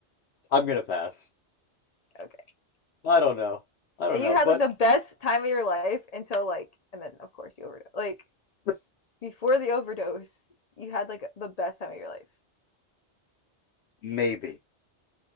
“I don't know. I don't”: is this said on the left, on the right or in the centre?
Left